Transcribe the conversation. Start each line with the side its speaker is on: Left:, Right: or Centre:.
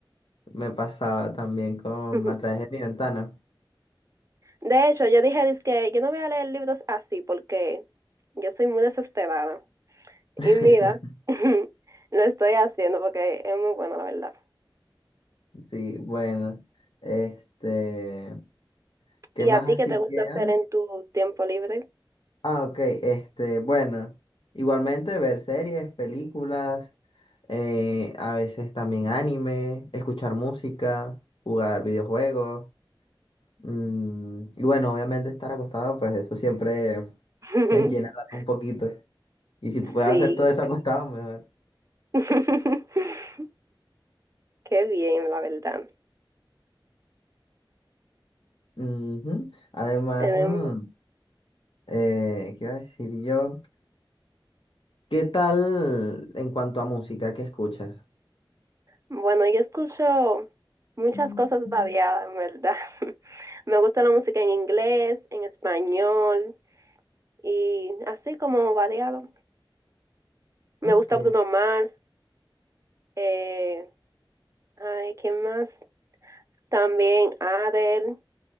Left: me pasaba también con
Right: <laughs>
Left: A través de mi ventana.
Right: De hecho, yo dije, que yo no voy a leer libros así porque yo soy muy desesperada.
Left: <laughs>
Right: Y mira, <laughs> lo estoy haciendo porque es muy bueno, la verdad.
Left: Sí, bueno. Este. ¿Qué
Right: ¿Y
Left: más
Right: a ti
Left: así
Right: qué te gusta
Left: queda?
Right: hacer en tu tiempo libre?
Left: Ah, ok, este, bueno, igualmente ver series, películas, eh, a veces también anime, escuchar música, jugar videojuegos, mm, y bueno, obviamente estar acostado, pues eso siempre <laughs>
Right: <laughs>
Left: eh, llena el alma un poquito. Y si puedo
Right: Sí.
Left: hacer todo eso acostado, mejor.
Right: <laughs> Qué bien, la verdad.
Left: Ujú. Además,
Right: Tenemos,
Left: mm, eh, ¿qué iba a decir yo? ¿Qué tal en cuanto a música? ¿Qué escuchas?
Right: bueno, yo escucho muchas
Left: Mm,
Right: cosas variadas, en verdad. <laughs> Me gusta la música en inglés, en español y así como variado. Me
Left: Ok.
Right: gusta Bruno Mars, eh, Ay, ¿quién más? También Adele.